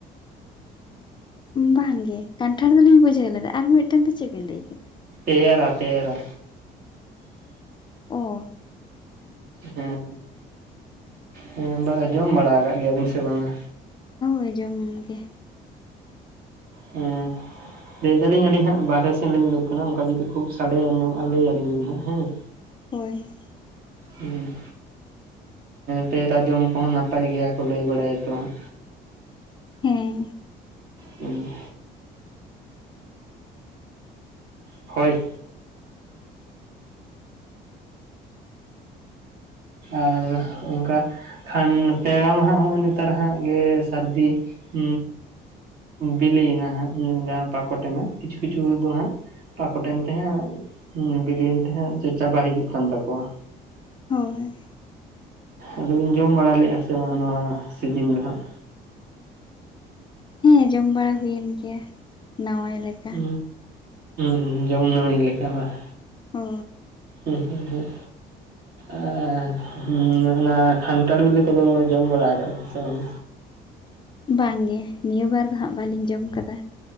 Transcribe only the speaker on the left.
ᱵᱟᱝᱼᱜᱮ ᱠᱟᱱᱴᱷᱟᱲ ᱫᱚᱞᱤᱝ ᱵᱩᱡᱷᱟᱹᱣ ᱞᱮᱫᱟ ᱟᱨ ᱢᱤᱫᱴᱮᱱ ᱫᱚ ᱪᱮᱫ ᱵᱮᱱ ᱞᱟᱹᱭ ᱠᱮᱫᱟ᱾
ᱚᱻ
ᱠᱚ ᱡᱚᱢ ᱜᱮᱼᱼ
ᱦᱳᱭ᱾
ᱦᱮᱸ
ᱦᱳᱭ
ᱦᱮᱸ ᱡᱚᱢ ᱵᱟᱲᱟ ᱦᱩᱭᱮᱱ ᱜᱮᱭᱟ ᱱᱟᱣᱟᱟᱭ ᱞᱮᱠᱟᱼᱼ
ᱦᱳ
ᱵᱟᱝ ᱜᱮᱮ ᱱᱤᱭᱟᱹ ᱵᱟᱨ ᱫᱚ ᱦᱟᱸᱜ ᱵᱟᱞᱤᱧ ᱡᱚᱢ ᱟᱠᱟᱫᱟ